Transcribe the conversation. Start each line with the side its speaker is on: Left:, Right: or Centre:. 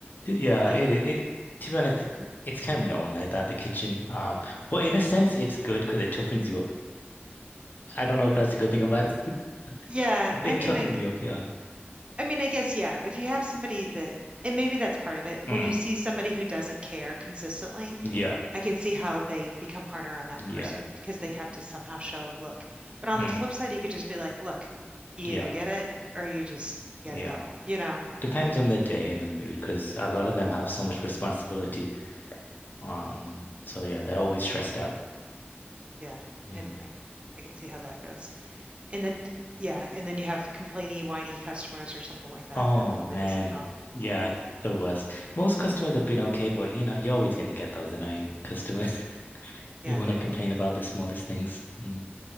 Left: Yeah.
Right: uh,
Left: It it to be honest, it- it's kind of known like that the kitchen. Um, but in a sense, it's good because it toughens you up. I don't know if that's a good thing or bad. thing. <laughs>
Right: yeah,
Left: It
Right: I mean,
Left: toughened
Right: like,
Left: me up. Yeah.
Right: I mean, I guess, yeah, if you have somebody that, and maybe that's part of it,
Left: Mm.
Right: when you see somebody who doesn't care consistently,
Left: Yeah.
Right: I can see how they become harder on that
Left: Yeah.
Right: person because they have to somehow show, look. But on
Left: Mm.
Right: the flip side, you could just be like, look, you
Left: Yeah.
Right: either get it or you just, you
Left: Yeah.
Right: gotta go, you know?
Left: Depends on the day and the mood because a lot of them have so much responsibility. Um, so yeah, they're always stressed out.
Right: Yeah,
Left: Mm.
Right: and I can I can see how that goes. And then d- yeah, and then you have complainy, whiny customers or something like that,
Left: Oh
Right: and that probably
Left: man,
Right: doesn't help.
Left: yeah, the worst. Most customers have been okay, but you know, you're always gonna get those annoying customers <laughs>
Right: Yeah.
Left: who want to complain about the smallest things. Mm.